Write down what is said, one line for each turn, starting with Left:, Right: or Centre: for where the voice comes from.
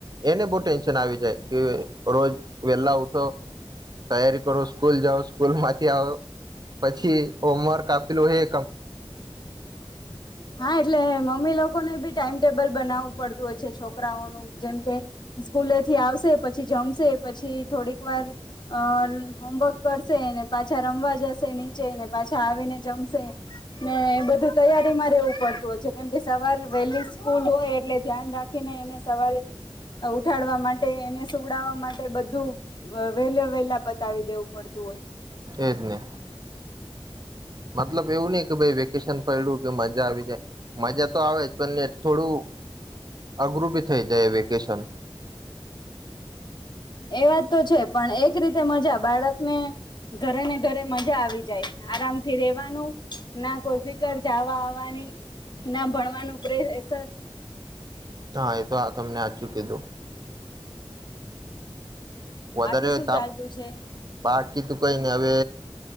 Right: એને બહુ ટેન્શન આવી જાય કે રોજ વેલા ઉઠો તૈયારી કરો સ્કૂલ જાઓ. સ્કૂલમાંથી આવો પછી હોમવર્ક આપ પેલું હે
Left: હા એટલે મમ્મી લોક એ લોકો ને બી ટાઈમ ટેબલ બનાવવું પડતું હોય છે છોકરાઓનું જેમકે સ્કૂલે થી આવશે પછી જમશે પછી થોડીક વાર અ હોમવર્ક કરશે ને પાછા રમવા જશે નીચે પાછા આવીને જમશે ને એ બધું તૈયારીમાં રહેેવું પડતું હોય છે કેમ કે સવાર વહેલી સ્કૂલ હોય એટલે ધ્યાન રાખીને એને સવારે ઉઠાડવા માટે એને સુવડાવવા માટે બધું અ વહેલો વેલા પતાવી દેવું પડતું હોય
Right: છે જ ને મતલબ એવું નઈ કે ભઈ વેકેશન પૈંડુ કે મજા આવી જાય મજા તો આવે જ આપણને થોડું અઘરું બી થઈ જાય વેકેશન
Left: એ વાત તો છે પણ એક રીતે મજા બાળકને ઘરે ને ઘરે મજા આવી જાય આરામથી રેવાનું ના કોઈ ફિકર જાવા આવવાની ના ભણવાનું પ્રેસર
Right: હા એ તો આ તમને આચું કીધું વધાર્યો
Left: બાકી શું
Right: તાપ
Left: ચાલતું છે
Right: બાકી તું કઈની હવે